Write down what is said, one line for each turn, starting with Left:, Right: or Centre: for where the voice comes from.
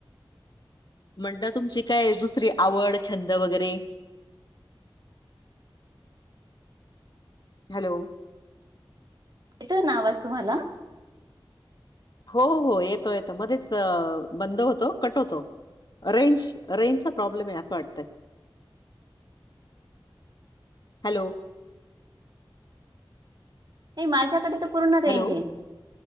Left: म्हणलं, तुमची काय दुसरी आवड छंद वगैरे? हॅलो
Right: येतोय ना आवाज तुम्हाला?
Left: हो हो, येतो येतो मध्येच अ बंद होतो, कट होतो. रेंज, रेंजचा प्रॉब्लेम आहे असं वाटतय. हॅलो
Right: नाही, माझ्याकडे तर पूर्ण रेंज
Left: हॅलो
Right: आहे.